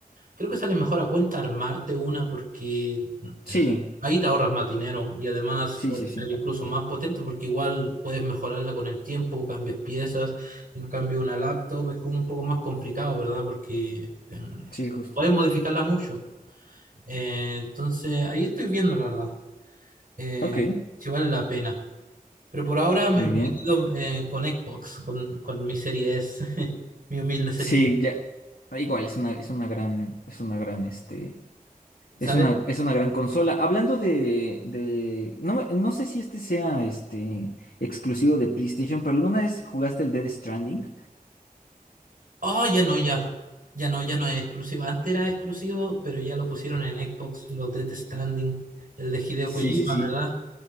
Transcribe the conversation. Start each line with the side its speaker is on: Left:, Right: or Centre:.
Right: Creo que sale mejor a cuenta armarte una porque eh,
Left: Sí,
Right: ahí te ahorras más dinero y además
Left: sí,
Right: puede
Left: sí, sí.
Right: ser incluso más potente porque igual puedes mejorarla con el tiempo, cambias piezas. En cambio, una laptop es como un poco más complicado, ¿verdad? Porque eh,
Left: Sí, justo.
Right: puedes modificarla mucho. Eh, entonces, ahí estoy viendo, la verdad, eh,
Left: Ok,
Right: si vale la pena. Pero por ahora me
Left: muy
Right: me
Left: bien.
Right: quedo eh, con Xbox, con, con mi serie S, <laughs> mi humilde serie.
Left: Sí, ya. ah, Igual, es una, es una gran, es una gran, este,
Right: ¿Sabes?
Left: es una, es una gran consola. Hablando de, de, no, me- no sé si este sea, este, exclusivo de PlayStation, pero ¿alguna vez jugaste el Dead Stranding?
Right: Oh, ya no, ya. Ya no, ya no es exclusivo. Antes era exclusivo, pero ya lo pusieron en Xbox, los Death Stranding. El de Hideo
Left: Sí,
Right: Kojima,
Left: sí, sí.
Right: ¿verdad?